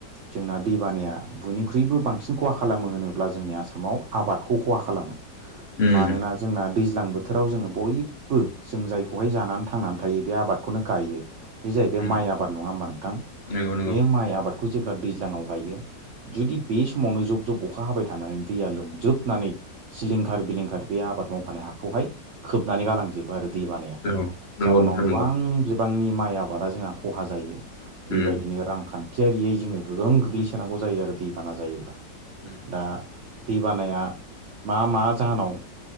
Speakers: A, on the right (about 90°); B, on the left (about 60°).
A: जोंना दैबानाया बयनिख्रुइबो बांसिन खहा खालामो होनोब्ला जोंनि आसामाव आबादखौ खहा खालामो।
B: उम
A: मानोना जोंना दैज्लां बोथोराव जोङो बयबो जों जायखौहाय जानानै थांनानै थायो बे आबादखौनो गायो। बे जाहैबाय
B: उम
A: माइ आबाद नङा होमबा नोंथां।
B: नंगौ नंगौ
A: बे माइ आबादखौ जेब्ला दैज्लाङाव गायो। जुदि बे समावनो जब जब अखा हाबाय थानानै दैया लोमजोबनानै सिलिंखार बिलिंखार बे आबाद हाखौहाय खोबनानै गालांजोबो आरो दै बानाया
B: औ नंगौ
A: जाउनाव
B: नोंथां
A: गोबां
B: नंगौ
A: बिबांनि माइ आबादा जोंना खहा जायो।
B: उम
A: बेबायदिनो रांखान्थि थियारियै जोङो गोहोम गोल्गैसोनांगौ जायो आरो दैबाना जायोब्ला।
B: उम।
A: दा दै बानाया मा मा जाहोनाव